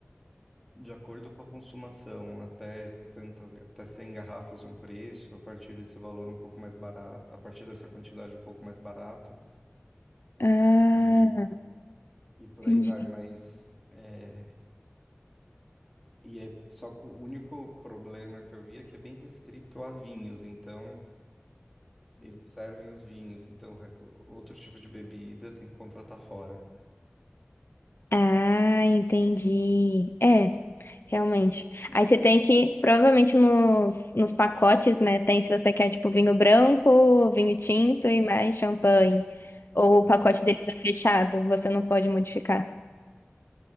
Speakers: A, in the centre; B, on the left.
A: de acordo com a consumação, até tantas, ga- até 100 garrafas um preço, a partir desse valor um pouco mais barato, a partir dessa quantidade um pouco mais barato.
B: Ah,
A: E, e por
B: entendi.
A: aí vai, mas é, e é só o único problema que eu vi é que é bem restrito a vinhos, então eles servem os vinhos, então re- outro tipo de bebida tem que contratar fora.
B: Ah, entendi. É, realmente. Aí você tem que, provavelmente nos, nos pacotes, né? Tem se você quer, tipo, vinho branco, vinho tinto e mais champanhe. Ou
A: Exato.
B: o pacote deles é fechado, você não pode modificar.